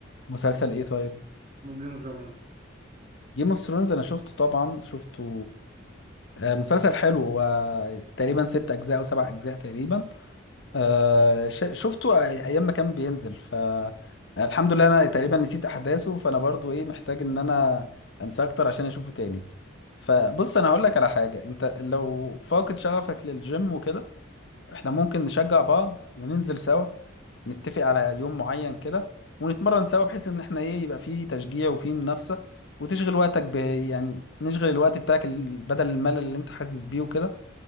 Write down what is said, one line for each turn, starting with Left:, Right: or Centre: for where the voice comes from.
Left: مسلسل ايه طيب
Right: اسمه جيم اوف ثرونز
Left: جيم اوف ثرونز انا شفته طبعا شفته آه، مسلسل حلو هو تقريبا ست اجزاء او سبع اجزاء تقريبا آه ش- شفته أي- ايام ما كان بينزل ف الحمد لله انا تقريبا نسيت احداثه فانا برضو ايه محتاج ان انا انساه اكتر عشان اشوفه تاني فبص انا هقول لك على حاجه انت لو فاقد شغفك للجيم وكده احنا ممكن نشجع بعض وننزل سوا نتفق على يوم معين كده ونتمرن سوا بحيث ان احنا ايه يبقى فيه تشجيع وفيه منافسه وتشغل وقتك ب يعني نشغل الوقت بتاعك ال- بدل الملل اللي انت حاسس بيه وكده